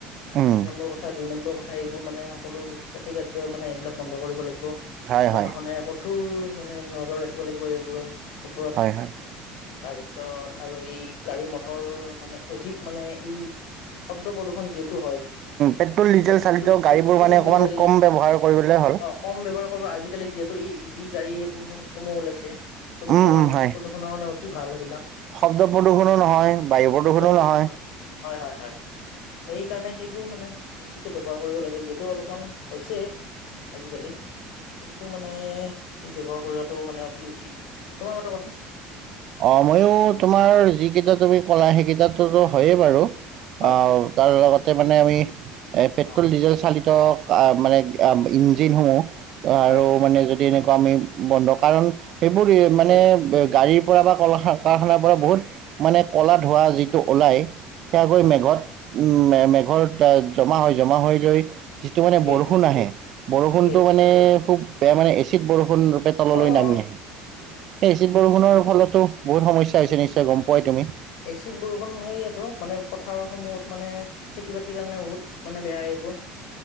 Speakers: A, on the right; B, on the left.
A: উম,
B: এক নম্বৰ কথা। কথা দুই নম্বৰ কথা এইবোৰ মানে সকলো দুষ্কাাতি কাৰ্য মানে এইবিলাক বন্ধ কৰিব লাগিব।
A: হয়
B: প্ৰশাসনে
A: হয়
B: কঠোৰ মানে নজৰ ৰাখিব লাগিব এইবোৰৰ ওপৰত।
A: হয় হয়
B: তাৰ পিছত আৰু এই গাড়ী মটৰ মানে অধিক মানে এই শব্দ প্ৰদূষণ যিহেতু হয়
A: পেট্ৰল ডিজেল
B: শব্দ
A: চালিত
B: পেট্ৰল
A: গাড়ীবোৰ মানে অকণমান
B: ডিজেল
A: কম ব্যৱহাৰ কৰিবলৈ হ'ল।
B: অ কম ব্যৱহাৰ কৰিব আজিকালি যিহেতু এই ই ভি গাড়ী সেইবোৰ সমূহ ওলাইছে প্ৰদূষণ
A: উম উম হয়
B: প্ৰদূষণ কাৰণে মানে অতি ভাল এইবিলাক।
A: শব্দ প্ৰদূষণো নহয় বায়ু প্ৰদূষণো
B: শব্দ প্ৰদূষণ
A: নহয়।
B: হয় হয় হয়। সেইকাৰণে সেইবোৰ মানে বেছিকে ব্যৱহাৰ কৰিব লাগে যিহেতু অলপমান হৈছে। আজিকালি। এইবোৰ মানে ব্যৱহাৰ কৰাটো মানে অতি উচিত তোমাৰ মতে কোৱাচোন।
A: অ ময়ো তোমাৰ যিকেইটা তুমি কলা সেইকেইটাটো হয়য়ে বাৰু
B: হয়
A: অ'।
B: হয় হয়
A: তাৰ লগতে মানে আমি পেট্ৰল
B: অ
A: ডিজেল চালিত- আঁ মানে আঁ ইঞ্জিনসমূহ
B: হয়
A: আৰু
B: হয়
A: মানে যদি এনেকুৱা আমি বন্ধ কাৰণ- সেইবোৰ
B: ঠিকে
A: মানে গাড়ী- পৰা বা কলা কাৰখানাৰ পৰা বহুত মানে কলা ধোৱা যিটো ওলাই- সেয়া গৈ
B: হয়
A: মেঘত
B: হয় হয়
A: মেঘৰ জমা হৈ জমা হৈ লৈ- যিটো মানে
B: ঠিকেই
A: বৰষুণ আহে। বৰষুণটো
B: ঠিকেই
A: মানে খুব বেয়া মানে এচিড বৰষুণ ৰূপে- তললৈ
B: অ
A: নামি
B: অ
A: আহি। এই এচিদ বৰষুণৰ ফলতো বহুত সমস্যা হৈছে নিশ্চয় গম পোৱাই তুমি?
B: এচিক বৰষুণ সেইয়াতো মানে পথাৰসমূহত মানে- খেতি বাতিৰ কাৰণে বহুত মানে বেয়া এইবোৰ।